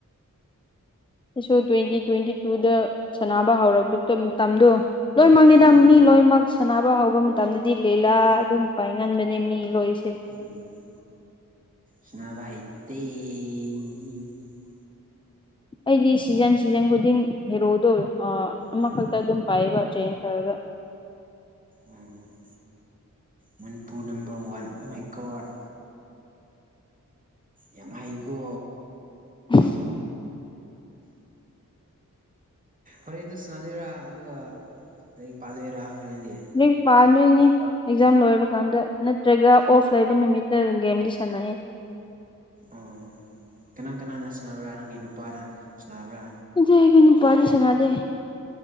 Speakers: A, on the left; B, on the right.
A: ꯁꯤꯁꯨ ꯇ꯭ꯋꯦꯟꯇꯤ ꯇ꯭ꯋꯦꯟꯇꯤ ꯇꯨꯗ ꯁꯥꯟꯅꯕ ꯍꯧꯔꯛꯄ ꯃꯇꯝꯗꯣ ꯂꯣꯏꯃꯛꯅꯤꯗ
B: ꯎꯝ
A: ꯃꯤ ꯂꯣꯏꯃꯛ ꯁꯥꯟꯅꯕ ꯍꯧꯕ ꯃꯇꯝꯗꯗꯤ ꯂꯤꯂꯥ ꯑꯗꯨꯝ ꯄꯥꯏ ꯉꯟꯕꯅꯦ ꯃꯤ ꯂꯣꯏꯁꯦ
B: ꯎꯝ ꯁꯅꯥꯕ ꯍꯩꯇꯦ ꯑꯦ
A: ꯑꯩꯗꯤ ꯁꯤꯖꯟ ꯁꯤꯖꯟ ꯈꯨꯗꯤꯡ ꯍꯦꯔꯣꯗꯣꯑ ꯑꯃꯈꯛꯇ
B: ꯎꯝ
A: ꯑꯗꯨꯝ ꯄꯥꯏꯑꯕ ꯆꯦꯟꯖ ꯇꯧꯔꯦꯕ
B: ꯎꯝ Manipur number one oh my God ꯌꯥꯝ ꯍꯩꯒꯣ
A: <inaudible>
B: ꯍꯣꯔꯦꯟꯖꯨ ꯁꯅꯥꯗꯨꯔꯥ ꯑꯗꯨꯒ ꯂꯩ ꯄꯥꯂꯦꯔꯥ ꯍꯣꯔꯦꯟꯗꯤ
A: ꯔꯤꯛꯁ ꯄꯥꯟꯗꯨꯏꯅꯤ ꯑꯦꯛꯖꯥꯝ ꯂꯣꯏꯕ ꯀꯥꯟꯗ ꯅꯠꯇ꯭ꯔꯒ ꯑꯣꯐ ꯂꯩꯕ ꯅꯨꯃꯤꯠꯇ ꯑꯗꯨꯝ ꯒꯦꯝꯗꯤ ꯁꯥꯟꯅꯑꯦ
B: ꯑꯣ ꯀꯅꯥ ꯀꯅꯥꯅ ꯁꯥꯟꯅꯕ꯭ꯔꯥ ꯅꯪꯒꯤ ꯅꯨꯄꯥꯅ ꯁꯥꯟꯅꯕ꯭ꯔꯥ
A: <unintelligible> ꯑꯩꯒꯤ ꯅꯨꯄꯥꯗꯤ ꯁꯥꯟꯅꯗꯦ